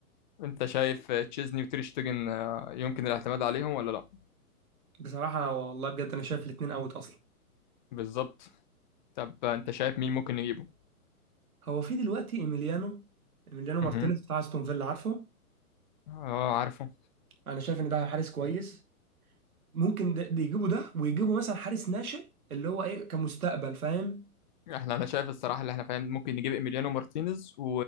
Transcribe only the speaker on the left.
انت شايف آه، تشيزني وتير شتيجن آه، يمكن الاعتماد عليهم ولا لا
بالظبط طب آه، انت شايف مين ممكن نجيبه
اها
اه عارفه
احنا انا شايف الصراحه اللي احنا فاهم ممكن نجيب ايميليانو مارتينيز و...